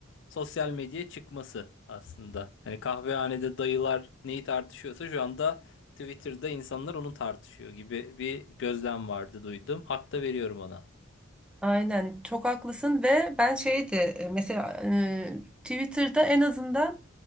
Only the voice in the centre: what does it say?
Aynen çok haklısın ve ben şeydi e, mesela e, Twitter'da en azından